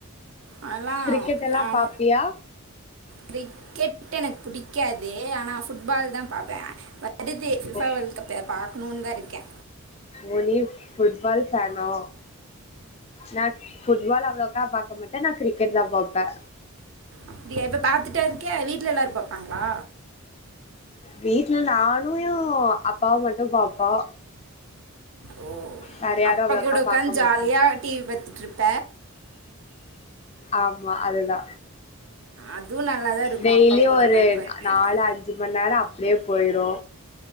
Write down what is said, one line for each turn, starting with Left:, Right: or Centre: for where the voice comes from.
Right: அதல்லா
Left: கிரிக்கெட் எல்லா
Right: அவ
Left: பாப்பியா
Right: கிரிக்கெட் எனக்கு புடிக்காது ஆனா ஃபுட்பால் தா பாப்பே வருது ஃபுட்பால்
Left: ஓ
Right: வேல்டு கப்பு பாக்கணுன் தா இருக்கே
Left: ஓ நீயு ஃபுட்பால் ஃபேனோ நா ஃபுட்பால் அவ்ளோக்கா பாக்க மாட்டே நா கிரிக்கெட் தா பாப்பே
Right: அப்டியா இப்ப பாத்துட்டா இருக்க வீட்ல எல்லாரு பாப்பாங்களா
Left: வீட்ல நானு ஏ அப்பாவு மட்டு பாப்போ
Right: ஓ
Left: வேற யாரு
Right: அப்பா
Left: அவ்ளோக்கா
Right: கூட உக்காந்
Left: பாக்க மாட்டாங்க
Right: ஜாலியா டி வி பத்துட்ருப்ப
Left: ஆமா அதுதா
Right: அதுவும் நல்லா தான் இருக்கும்
Left: டெய்லியு
Right: அப்பா கூட
Left: ஒரு
Right: உட்காந்து பார்க்கறது
Left: நாலு அஞ்சு மண் நேரோ அப்டியே போய்ரு